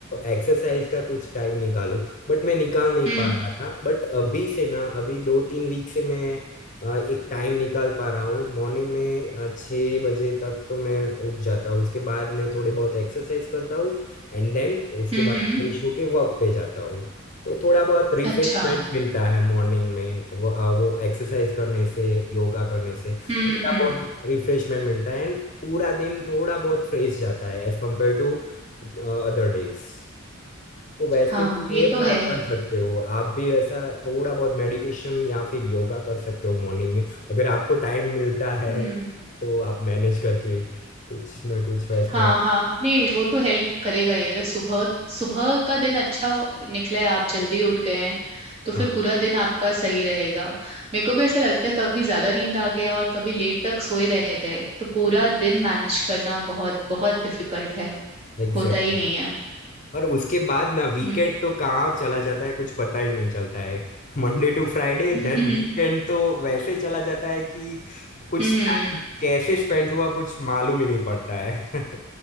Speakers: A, on the left (about 40°); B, on the right (about 30°).
A: एक्सरसाइज का कुछ टाइम निकालो बट मैं निकाल नहीं
B: हम्म
A: पा रहा था बट अभी से ना अभी दो तीन वीक से मैं अ, एक टाइम निकाल पा रहा हूँ मॉर्निंग में अ, छः बजे तक तो मैं उठ जाता हूँ उसके बाद मैं थोड़े बहुत एक्सरसाइज करता हूँ एंड देन उसके
B: हम्म
A: बाद
B: हम्म
A: फ्रेश होके वर्क पे जाता हूँ तो थोड़ा बहुत रिफ्रेशमेंट
B: अच्छा
A: मिलता है मॉर्निंग में वो अ, वो एक्सरसाइज करने से योगा करने से
B: हम्म
A: थोड़ा
B: हम्म
A: बहुत रिफ्रेशमेंट मिलता है एंड पूरा दिन थोड़ा बहुत फ्रेश जाता है as compare to other days तो वैसे
B: हाँ
A: भी
B: ये
A: ये
B: तो
A: प्लान
B: है
A: कर सकते हो आप भी वैसा थोड़ा बहुत मेडिटेशन या फिर योगा कर सकते हो मॉर्निंग में अगर आपको टाइम मिलता है
B: हम्म
A: तो आप मैनेज करके कुछ ना कुछ वैसे
B: हाँ हाँ नहीं वो तो हेल्प करेगा ही अगर सुबह सुबह का दिन अच्छा निकला है आप जल्दी उठ गए हैं तो फिर
A: हाँ
B: पूरा दिन आपका सही रहेगा मेरे को भी ऐसा लगता है कभी ज्यादा नींद आ गया और कभी लेट तक सोए रह गए तो पूरा दिन मैनेज करना बहुत बहुत डिफिकल्ट है
A: एग्जैक्ट
B: होता ही नहीं है
A: और उसके बाद ना वीकेंड
B: हम्म
A: तो कहाँ चला जाता है कुछ पता ही नहीं चलता है Monday to Friday
B: <laughs>
A: then weekend तो वैसे चला जाता है कि कुछ
B: हम्म
A: टाइम कैसे स्पेंड हुआ कुछ मालूम ही नहीं पड़ता है <laughs>